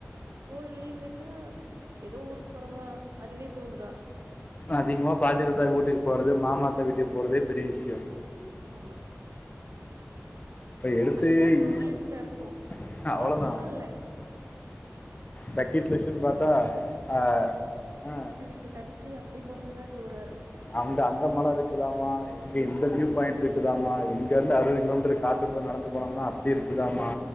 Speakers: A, on the right; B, on the left.
A: ஸ்கூல் லீவ் விட்டா ஏதோ ஊருக்கு போறோமா அதுவே டூர் தா
B: அதிகமா பாட்டி தாத்தா வீட்டுக்கு போறது மாமா அத்தா வீட்டுக்கு போறதே பெரிய விஷ்ய
A: ஆமா
B: இப்ப எடுத்து
A: அதுதா
B: <inaudible>
A: டூர் லிஸ்ட்ல இருக்கு இப்ப
B: அவ்ளோதா
A: அப்பில்லா இல்ல
B: பக்கெட் லிஸ்ட்ன் பாத்தா அ அ
A: மத்த கண்ட்ரி அப்டி போறதுதா டூரா இருக்கு
B: அங்க அந்த மல இருக்குதாம்மா இங்கே எந்த வியூ பாயிண்ட் இருக்குதாமா இங்க இருந்து அறுபது கிலோமீட்டர் காத்துக்குள்ள நடந்து போனோம்னா அப்டி இருக்குதாமா